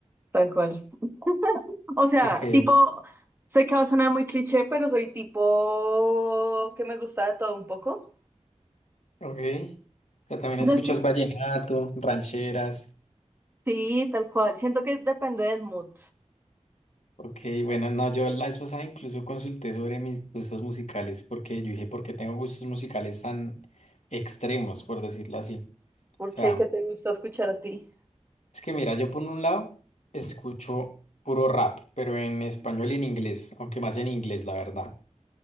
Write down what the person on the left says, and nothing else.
Ok,
ok. O sea, también
escuchas
vallenato, rancheras.
Ok, bueno, no, yo la vez pasada incluso consulté sobre mis gustos musicales, porque yo dije, ¿por qué tengo gustos musicales tan extremos, por decirlo así?
O
sea,
es que mira, yo por un lado escucho puro rap, pero en español y en inglés, aunque más en inglés, la verdad.